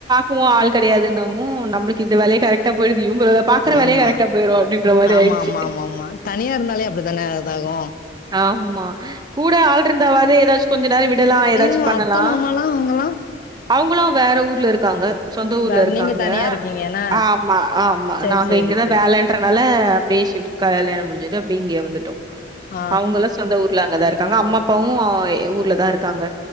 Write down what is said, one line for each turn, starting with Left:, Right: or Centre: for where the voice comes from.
Right: இப்பவு ஆள் கெடையாதுன்னவு நம்ளுக்கு இந்த வேலையே கரெக்டா போயிடுது இவங்கள பாக்கற
Left: ஆமா
Right: வேலையே கரெக்டா போயிடு அப்டின்ற மாரி
Left: ஆமா
Right: ஆயிடுச்சி
Left: ஆமா ஆமா ஆமா தனியா இருந்தாலே அப்டித்தானே அதாகு
Right: ஆம்மா கூட ஆள் இருந்தாவது ஏதாச்சு கொஞ்ச நேரோ விடலா ஏதாச்சும்
Left: ஐயோ
Right: பண்ணலா
Left: அத்த மாமாலாம் அவங்கல்லாம்
Right: அவங்களும் வேற ஊர்ல இருக்காங்க சொந்த ஊர்ல
Left: வேற
Right: இருக்காங்க
Left: நீங்க தனியா இருக்கீங்க என்ன
Right: ஆம்மா ஆம்மா
Left: சேரி
Right: நாங்க
Left: சேரி
Right: இங்கதா
Left: சேரி
Right: வேல ங்கறனால அப்டியே ஷிப்ட் கல்யாண முடிஞ்சுட்டு அப்டியே இங்கயே வந்துட்டோ
Left: ஆ
Right: அவங்கல்லா சொந்த ஊர்ல அங்கதா இருக்காங்க அம்மா அப்பாவு ஊர்ல தா இருக்காங்க